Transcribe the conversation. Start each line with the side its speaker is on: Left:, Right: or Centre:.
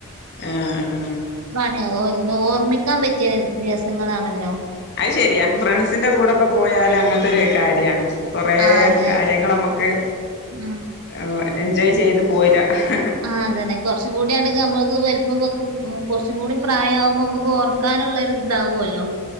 Left: ആഹ് ആഹ്
Right: ഇതാണ് ഓർ ഓർമ്മിക്കാൻ പറ്റിയ ദിവസങ്ങളാണല്ലോ
Left: അത് ശരിയാ ഫ്രണ്ട്സിൻ്റെ കൂടൊക്കെ പോയാല് അങ്ങനത്തൊരു കാര്യാ കൊറേ
Right: ആഹ് അതെ
Left: കാര്യങ്ങള് നമ്മുക്ക്
Right: ഉം
Left: അ് എൻജോയ് ചെയ്ത് പോരാ ഹ്‌ഹ്
Right: ആ അതെ അതെ കൊർച്ചും കൂടിയാണങ്കി നമുക്ക് വലുപ്പം വെക്കും കുറച്ചും കൂടി പ്രായാ കുമ്പോ നമുക്ക് ഓർ ക്കാനുള്ളൊരു ദാവൊല്ലോ